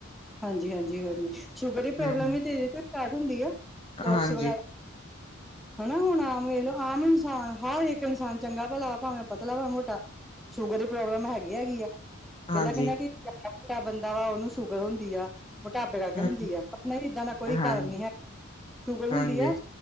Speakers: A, in the centre; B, on the left.
A: ਹਾਂਜੀ ਹਾਂਜੀ ਹਜੀ ਸ਼ੂਗਰ ਦੀ
B: ਹੂੰ,
A: ਪ੍ਰੋਬਲਮ
B: ਹੂੰ,
A: ਵੀ ਤੇ ਏਰ ਤੋਂ ਸਟਾਟ ਹੁੰਦੀ ਆ। ਕੋਕਸ
B: ਹਾਂਜੀ,
A: ਵਗੈਰਾ ਹਨਾ ਹੁਣ ਆਮ ਵੇਖ ਲਓ ਆਮ ਇਨਸਾਨ ਹਰ ਇੱਕ ਇਨਸਾਨ ਚੰਗਾ ਭਲਾ ਭਾਵੇਂ ਪਤਲਾ ਭਾਵੇਂ ਮੋਟਾ। ਸ਼ੂਗਰ ਦੀ ਪ੍ਰੋਬਲਮ ਹੈਗੀ ਹੈਗੀ ਆ। ਪਹਿਲਾਂ
B: ਹਾਂਜੀ,
A: ਕੈਣਾ ਕੀ ਮੋਟਾ ਬੰਦਾ ਵਾ ਓਨੂੰ ਸ਼ੂਗਰ ਹੁੰਦੀ ਆ। ਮੋਟਾਪੇ ਕਰ ਕੇ
B: ਹੂੰ,
A: ਹੁੰਦੀ ਆ, ਨਈ ਏਦਾਂ ਦਾ ਕਾਰਨ
B: ਹਾਂ, ਹਾਂਜੀ,
A: ਨੀ ਹੈ ਸ਼ੂਗਰ ਹੁੰਦੀ
B: ਹਾਂਜੀ,
A: ਆ